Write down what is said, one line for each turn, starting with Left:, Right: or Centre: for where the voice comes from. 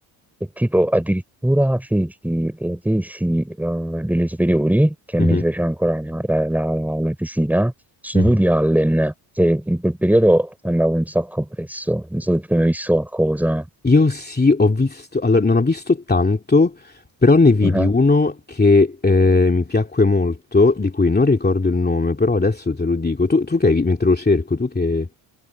Centre: e tipo addirittura feci la tesi eh, delle superiori, che
Left: Mhm,
Centre: mi fece ancora la, la, la, la tesina, su
Left: mhm.
Centre: Woody Allen, che in quel periodo andavo un sacco appresso, non so se tu hai mai visto qualcosa.
Left: Io sì, ho visto, allora non ho visto tanto, però ne vidi
Centre: <laughs>
Left: uno che eh, mi piacque molto, di cui non ricordo il nome, però adesso te lo dico. Tu, tu che hai, vi- mentre lo cerco, tu che,